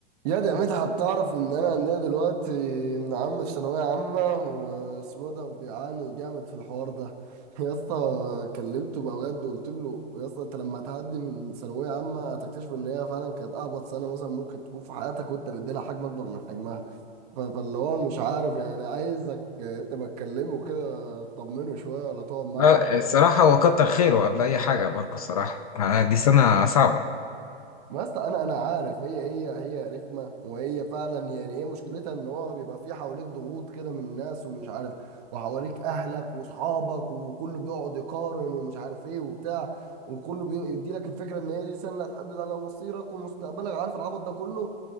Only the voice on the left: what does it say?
آه،
الصراحة هو كتر خيره قبل أي حاجة ماركو الصراحة آه، دي سنة صعبة